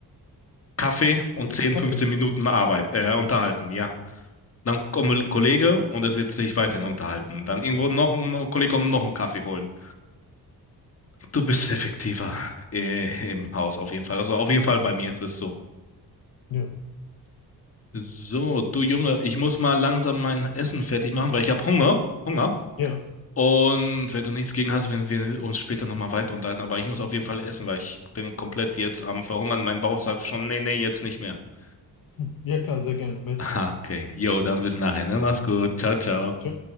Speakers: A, on the left (about 35°); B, on the left (about 60°).
A: Kaffee und
B: Äh,
A: 10,
B: Kaffee.
A: 15 Minuten Arbeit, äh, unterhalten, ja. Dann kommt ein Kollege und es wird sich weiterhin unterhalten. Dann irgendwo noch ein ein Kollege kommt, noch einen Kaffee holen. Du bist effektiver äh, im Haus auf jeden Fall. Also auf jeden Fall bei mir ist es so.
B: Ja.
A: So, du Junge, ich muss mal langsam mein Essen fertig machen, weil ich habe Hunger. Hunger.
B: Ja.
A: Und wenn du nichts gegen hast, werden wir uns später nochmal weiter unterhalten. Aber ich muss auf jeden Fall essen, weil ich bin komplett jetzt am Verhungern. Mein Bauch sagt schon, nee, nee, jetzt nicht mehr. <laughs>
B: Hm. Ja, klar, sehr gerne. Melde
A: Okay,
B: dich einfach.
A: jo, dann bis nachher, ne? Mach's gut. Ciao, ciao.
B: Tja.